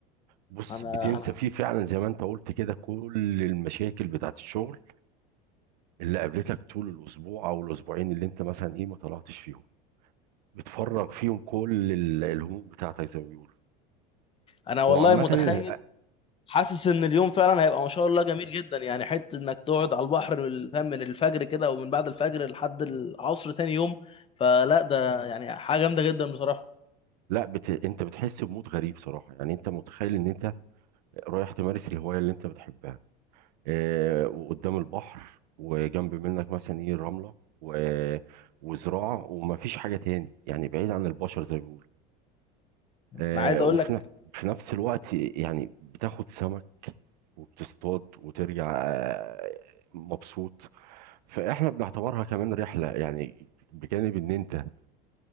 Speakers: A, on the right; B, on the left.
A: بص
B: انا
A: بتنسى
B: انا
A: فيه فعلا زي ما انت قلت كده كل المشاكل بتاعت الشغل اللي قابلتك طول الاسبوع او الاسبوعين اللي انت مثلا ايه ما طلعتش فيهم بتفرغ فيهم كل ال- الهموم بتاعتك زي ما بيقولوا
B: انا والله
A: هو عامة
B: متخيل
A: ال-
B: حاسس ان اليوم فعلا هيبقى ما شاء الله جميل جدا يعني حته انك تقعد على البحر بال- فاهم من الفجر كده ومن بعد الفجر لحد العصر تاني يوم فلا ده يعني حاجه جامده جدا بصراحه
A: لا بت... انت بتحس بمود غريب صراحة يعني انت متخيل ان انت رايح تمارس الهواية اللي انت بتحبها اه... وقدام البحر وجنب منك مثلا ايه الرملة و... وزراعة ومفيش حاجة تاني يعني بعيد عن البشر زي ما بيقولوا اه...
B: انا عايز اقول
A: وفي
B: لك
A: ن... في نفس الوقت يعني بتاخد سمك وبتصطاد وترجع آه، مبسوط فاحنا بنعتبرها كمان رحلة يعني بجانب ان انت